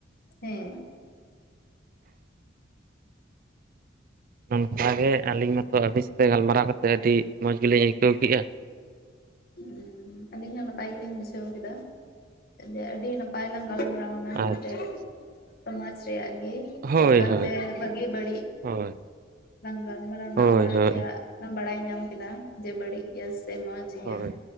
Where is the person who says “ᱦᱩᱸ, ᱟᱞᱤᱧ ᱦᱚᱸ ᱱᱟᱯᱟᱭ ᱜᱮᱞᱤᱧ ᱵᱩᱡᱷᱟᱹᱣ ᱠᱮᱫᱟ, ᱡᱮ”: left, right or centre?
Left